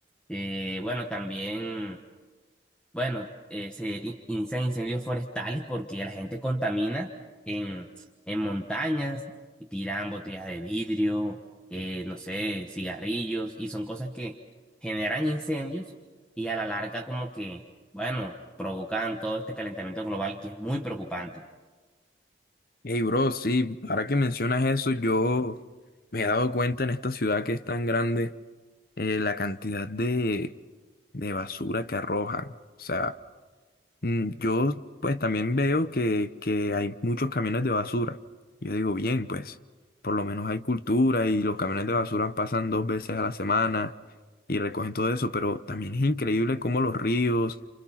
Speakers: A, in the centre; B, on the left.
A: Eh, bueno, también bueno, eh, se i- inician incendios forestales porque la gente contamina en, en montañas y tiran botellas de vidrio, eh, no sé, cigarrillos y son cosas que generan incendios y a la larga como que, bueno, provocan todo este calentamiento global que es muy preocupante.
B: Hey, bro, sí, ahora que mencionas eso, yo me he dado cuenta en esta ciudad que es tan grande, eh, la cantidad de, de basura que arrojan. O sea, Mm, Yo pues también veo que, que hay muchos camiones de basura. Yo digo, bien, pues por lo menos hay cultura y los camiones de basura pasan dos veces a la semana y recogen todo eso, pero también es increíble cómo los ríos